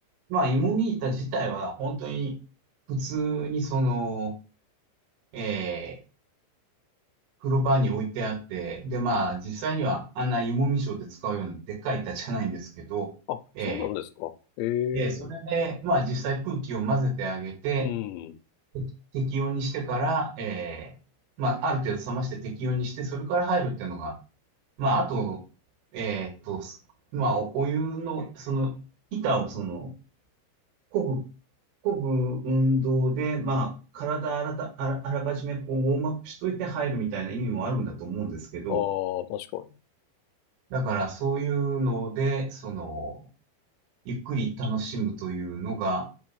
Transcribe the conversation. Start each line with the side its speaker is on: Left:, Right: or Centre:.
Right: まあ、芋み板自体は本当に普通にその、えー、風呂場に置いてあって、で、まあ、実際にはあんな芋みショーで使うようなでっかい板じゃないんですけど、
Left: あ、
Right: え
Left: そうなんですか。ええ
Right: ーえーそれで、まあ、実際空気を混ぜてあげて、
Left: うん。
Right: 適適温にしてから、えーまあ、ある程度冷まして適温にして、それから入るっていうのが、まあ、あと、えーっと、まあ、お湯の、その、板をその、漕ぐ、漕ぐ運動で、まあ、体あらた、あら、あらかじめこう、ウォームアップしといて入るみたいな意味もあるんだと思うんですけど、
Left: ああ、確かに。
Right: だからそういうので、その、ゆっくり楽しむというのが、